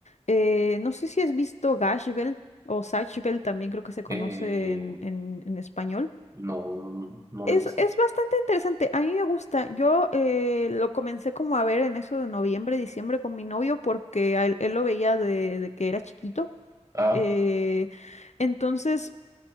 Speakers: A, on the left; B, on the right.
A: eh, no sé si has visto Gash Bell o Zatch Bell, también creo que se conoce
B: Eh,
A: en en- en español.
B: no, no, no no
A: Es,
B: lo he visto.
A: es bastante interesante, a mí me gusta. Yo eh, lo comencé como a ver en eso de noviembre, diciembre con mi novio porque a él, él lo veía de, de que era chiquito.
B: Ah,
A: Eh, entonces,